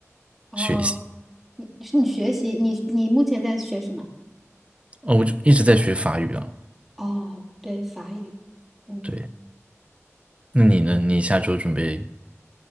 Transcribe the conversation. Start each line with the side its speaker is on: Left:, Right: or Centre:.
Centre: 哦。
Right: 学习。
Centre: 是你学习，你你目前在学什么？
Right: 哦，我就一直在学法语啊。
Centre: 哦，对，法语。嗯，
Right: 对，那你呢？你下周准备